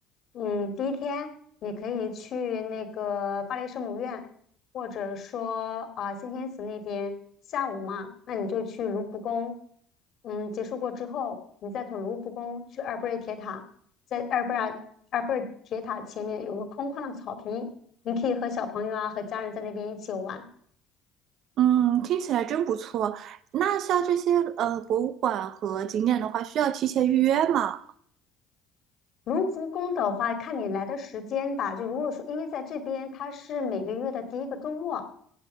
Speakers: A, on the left; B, on the right.
A: 嗯，第一天你可以去那个巴黎圣母院，或者说啊、先天祠那边。下午嘛，那你就去卢浮宫。嗯，结束过之后，你再从卢浮宫去埃菲尔铁塔，在埃菲尔埃菲尔铁塔前面有个空旷的草坪，你可以和小朋友啊和家人在那边一起玩。
B: 嗯，听起来真不错。那像这些呃博物馆和景点的话，需要提前预约吗？
A: 卢浮宫的话，看你来的时间吧。就如果说，因为在这边它是每个月的第一个周末，